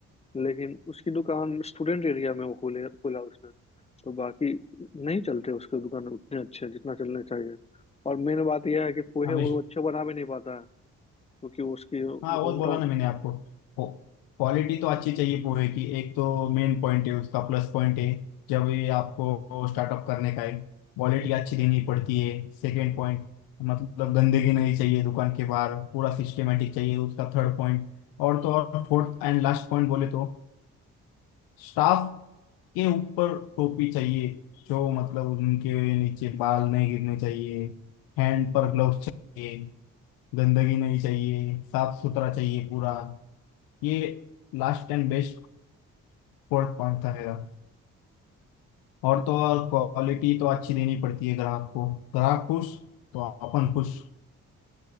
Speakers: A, on the left; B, on the left.
A: लेकिन उसकी दुकान स्टूडेंट एरिया में वो खोले खोला उसने तो बाकी नहीं चलते उसके दुकान उतने अच्छे जितना चलने चाहिए और मेन बात यह है कि पोहे
B: आप
A: वो अच्छे बना भी नहीं पाता है क्योंकि उसकी
B: हाँ वो
A: होम
B: बोला
A: टाउन
B: ना मैंने आपको क्वालिटी तो अच्छी चाहिए पोहे की एक तो मेन पॉइंट है उसका प्लस पॉइंट है जब ये आपको स्टार्टअप करने का है क्वालिटी अच्छी देनी पड़ती है सेकंड पॉइंट मतलब गंदगी नहीं चाहिए दुकान के बाहर पूरा सिस्टमेटिक चाहिए उसका थर्ड पॉइंट और तो और फोर्थ एंड लास्ट पॉइंट बोले तो स्टाफ के ऊपर टोपी चाहिए जो मतलब उनके नीचे बाल नहीं गिरने चाहिए हैंड पर ग्लव्स चाहिए गंदगी नहीं चाहिए साफ सुथरा चाहिए पूरा ये last and best fourth point था मेरा और तो और क्वालिटी तो अच्छी देनी पड़ती है ग्राहक को ग्राहक खुश तो अपन खुश